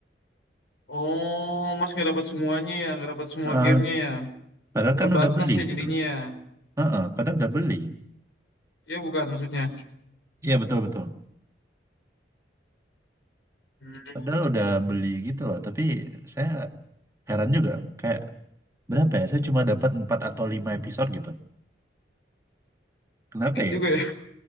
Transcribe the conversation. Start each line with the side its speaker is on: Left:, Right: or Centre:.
Left: Oh, Mas nggak dapat semuanya ya, nggak dapat semua
Right: Eh,
Left: gamenya ya.
Right: padahal
Left: terbatas
Right: kan udah beli
Left: ya
Right: gitu.
Left: jadinya
Right: loh.
Left: ya.
Right: Heeh, padahal udah beli.
Left: Ya bukan maksudnya.
Right: Iya betul-betul.
Left: Hmm,
Right: Padahal udah beli gitu loh. Tapi saya heran juga. Kayak berapa ya? Saya cuma dapat 4 atau 5 episode gitu. Kenapa
Left: dikit
Right: ya
Left: juga
Right: itu?
Left: ya.